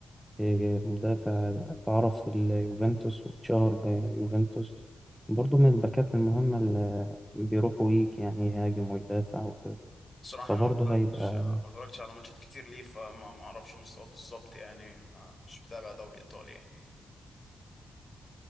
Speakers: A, in the centre; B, on the left (about 30°).
A: آه، مدافع اتعرف في اليوفنتوس واتشهر بيوفنتوس برضو من الباكات المهمة اللي بيروح ويجي يعني يهاجم ويدافع وكده
B: صراحة
A: فبرضه
B: أنا ما اتفرجتش
A: هيبقى
B: ما اتفرجتش على ماتشات كتير ليه فما ما أعرفش مستواه بالظبط يعني ما مش بتابع دوري إيطالي يعني